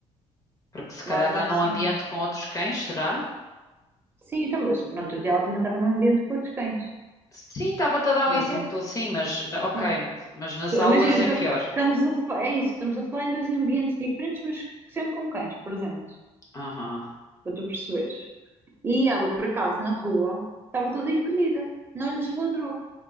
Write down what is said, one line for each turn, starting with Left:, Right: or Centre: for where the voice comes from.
Left: Porque se calhar
Right: Ladra
Left: está
Right: assim.
Left: num ambiente com outros cães, será?
Right: Sim, então, mas no outro dia ela também estava num ambiente com outros cães.
Left: Sim, estava-te a dar
Right: Mas
Left: um exemplo,
Right: não.
Left: sim, mas ok,
Right: Sim.
Left: mas nas
Right: So-
Left: aulas
Right: Imagina,
Left: é
Right: tu-
Left: pior.
Right: estamos a, fa- é isso, estamos a falar em dois ambientes diferentes, mas sempre com cães presentes,
Left: Aham.
Right: para tu perceberes. E ela, por acaso, na rua, estava toda encolhida, não lhes ladrou.